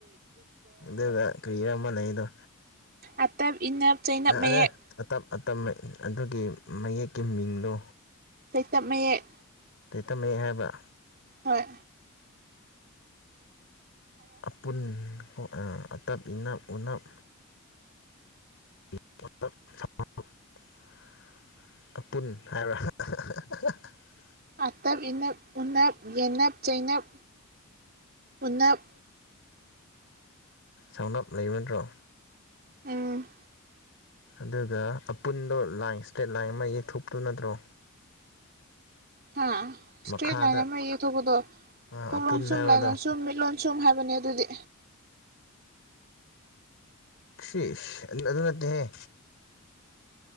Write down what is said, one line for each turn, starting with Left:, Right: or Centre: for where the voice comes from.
Left: ꯑꯗꯨꯒ ꯀꯔꯤꯔ ꯝ ꯂꯩꯗꯣ
Right: ꯑꯇꯞ ꯏꯅꯞ ꯆꯩꯩꯅꯞ
Left: ꯑꯗ
Right: ꯃꯌꯦꯛ
Left: ꯑꯇꯞ ꯑꯗꯨꯒꯤ ꯃꯌꯦꯛꯀꯤ ꯃꯤꯡꯗꯣ
Right: ꯆꯩꯇꯞ ꯃꯌꯦꯛ
Left: ꯆꯩꯇꯞ ꯃꯌꯦꯛ ꯍꯥꯏꯕ꯭ꯔ
Right: ꯍꯣꯏ
Left: ꯑꯄꯨꯟ ꯎ ꯑ ꯑꯇꯞ ꯏꯅꯞ ꯎꯅꯞ <unintelligible> ꯑꯄꯨꯟ ꯍꯥꯏꯕ꯭ꯔ ꯑꯍꯥ ꯑꯍꯥ ꯍꯥ ꯑ ꯍꯥ ꯍꯥ
Right: ꯑꯇꯞ ꯏꯅꯞ ꯎꯅꯞ ꯌꯦꯅꯞ ꯆꯩꯩꯅꯞ ꯎꯅꯞ
Left: ꯁꯧꯅꯥꯞ ꯂꯩꯕ ꯅꯠꯟ꯭ꯔꯣ
Right: ꯎꯝ
Left: ꯑꯗꯨꯒ ꯑꯄꯨꯟꯗꯣ ꯂꯥꯏꯟ ꯏꯁꯇ꯭ꯔꯦꯠ ꯂꯥꯏꯟ ꯑꯃ ꯌꯦꯛꯊꯣꯛꯄꯇꯨ ꯅꯠꯇ꯭ꯔꯣ
Right: ꯍꯥ ꯏꯁꯇ꯭ꯔꯦꯠ
Left: ꯃꯈꯥꯗ
Right: ꯂꯥꯏꯟ ꯑꯃ ꯌꯦꯛꯊꯣꯛꯄꯗꯣ
Left: ꯑꯄꯨꯟ
Right: ꯀꯣꯛ ꯂꯣꯟꯁꯨꯝ
Left: ꯍꯥꯏꯕꯗꯣ
Right: ꯂꯥꯏ ꯂꯣꯟꯁꯨꯝ ꯃꯤꯠ ꯂꯣꯟꯁꯨꯝ ꯍꯥꯏꯕ ꯕꯅꯦ ꯑꯗꯨꯗꯤ
Left: ꯁꯤꯁ ꯑꯗꯨ ꯅꯠꯇꯦꯍꯦ